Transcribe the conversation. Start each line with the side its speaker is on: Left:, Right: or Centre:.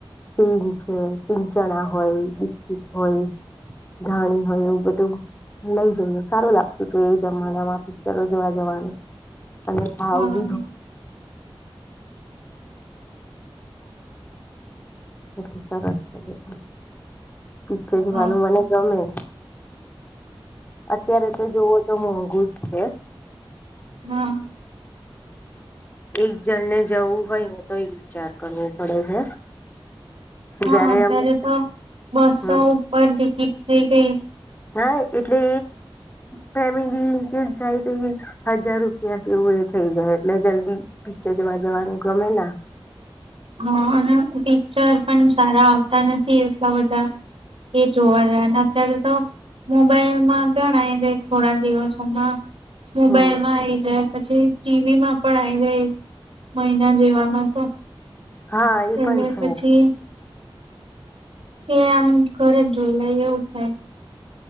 Left: સિંગ છે, સિંગ-ચણા હોય, બિસ્કીિટ હોય. ધાણી હોય, એવું બધું લઈ જયું, સારું લાગતું હતું એ. જમાનામાં પિક્ચરો જોવા જવાનું, અને ભાવ
Right: હા
Left: બી એટલે સરસ છે, પિક્ચર જવાનું
Right: હા
Left: મને ગમે. અત્યારે તો જોવો તો, મોંઘુ જ છે.
Right: હા.
Left: એક જણ ને જવું હોય ને તો, એ વિચાર કરવો પડે છે.
Right: હા,
Left: જયારે
Right: અત્યારે
Left: અમે
Right: તો બસો
Left: હા
Right: ઉપર ટિકિટ થઈ ગઈ.
Left: હા!, એટલે ફેમિલી કેસ જાય તો એ હજાર રૂપિયા જેવું એ થઇ જાય, એટલે જલ્દી પિકચર જોવા જવાનું ગમે ના.
Right: હા, અને પિક્ચર પણ સારા આવતા નથી એટલા બધા. જોવા. અત્યારે તો મોબાઈલ માં પણ આવી જાય, થોડા દિવસોમાં મોબાઈલમાં
Left: હમ
Right: આવી જાય, પછી ટીવી માં પણ આવી જાય, મહિના જેવામાં તો
Left: હા, એ
Right: એટલે
Left: પણ છે.
Right: પછી કે, આમ ઘરે જ જોઈ લાય એવું થાય.